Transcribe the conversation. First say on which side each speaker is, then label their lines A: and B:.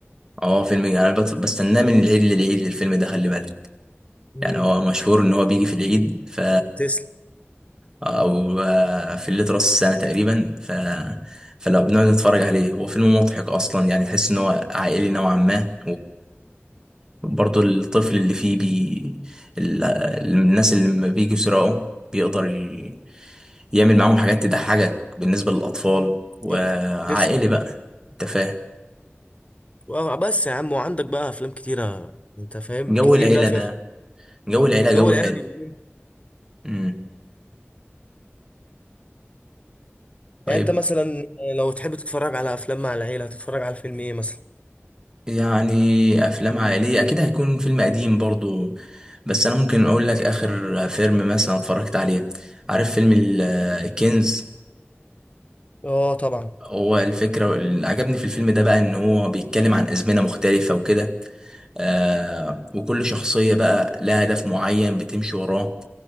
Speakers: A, on the right (about 15°); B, on the left (about 30°).
A: آه فيلم أنا بت- بستناه من العيد للعيد للفيلم ده خلي بالك
B: مم.
A: يعني هو مشهور إن هو بيجي في العيد ف
B: تسلم
A: او آه، في الليل راس السنه تقريبا ف فلو بنقعد نتفرج عليه هو فيلم مضحك اصلا يعني تحس ان هو عائلي نوعا ما وبرضه الطفل اللي فيه بي... ال- الناس اللي لما بيجوا يسرقوا بيقدر ي... يعمل معاهم حاجات تضحكك بالنسبه للاطفال وعائلي
B: يب. تسلم
A: بقى انت فاهم
B: و- بس يا عم وعندك بقى افلام كتيره انت فاهم
A: جو
B: كتير
A: العيله
B: لا فيها
A: ده جو العيله
B: جو
A: جو
B: العيله
A: حلو
B: بيبقى ممتع.
A: امم طيب
B: يعني انت مثلا آه، لو تحب تتفرج على افلام مع العيله هتتفرج على فيلم ايه مثلا
A: يعني افلام عائليه اكيد هيكون فيلم قديم برضو بس انا ممكن اقول لك اخر فيلم مثلا اتفرجت عليه عارف فيلم ال- الكنز
B: اه طبعا
A: هو الفكره اللي عجبني في الفيلم ده بقى ان هو بيتكلم عن ازمنه مختلفه وكده آه وكل شخصيه بقى لها هدف معين بتمشي وراه